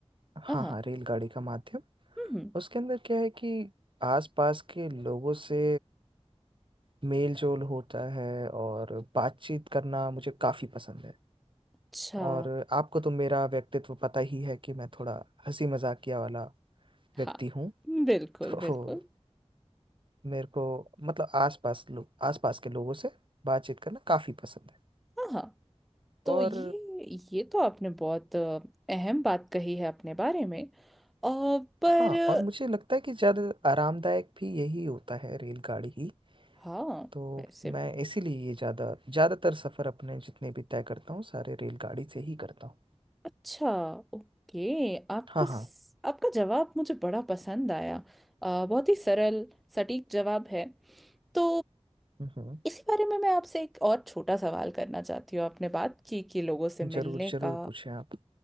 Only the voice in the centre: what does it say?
आहा
हम्म
अच्छा
हाँ
बिल्कुल
बिल्कुल
आहा तो
ये ये तो आपने बहुत अ, अहम बात कही है अपने बारे में अ, पर
अ,
हाँ
वैसे
अच्छा ओके आपका
स-
आपका जवाब मुझे बड़ा पसंद आया अ, बहुत ही सरल सटीक जवाब है तो
इसी बारे में मैं आपसे एक और छोटा सवाल करना चाहती हूँ आपने बात की कि लोगों से मिलने
का